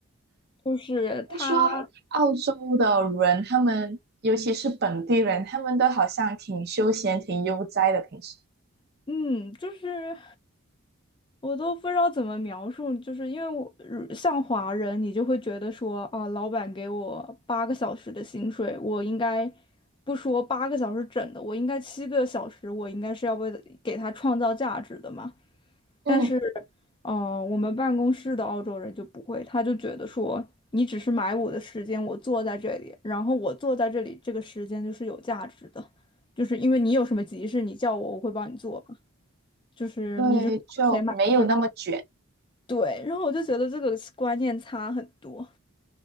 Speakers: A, on the left (about 20°); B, on the right (about 45°).
A: 就是他。
B: 听说澳洲的人，他们尤其是本地人，他们都好像挺休闲、挺悠哉的，平时。
A: 嗯，就是我都不知道怎么描述，就是因为我像华人，你就会觉得说啊，老板给我八个小时的薪水，我应该不说八个小时整的，我应该七个小时，我应该是要为了给他创造价值的嘛。
B: 嗯，
A: 但是，哦，我们办公室的澳洲人就不会，他就觉得说你只是买我的时间，我坐在这里，然后我坐在这里，这个时间就是有价值的，就是因为你有什么急事，你叫我，我会帮你做。就是你就是花钱买是
B: 对，就没有那么卷。
A: 对，然后我就觉得这个观念差很多。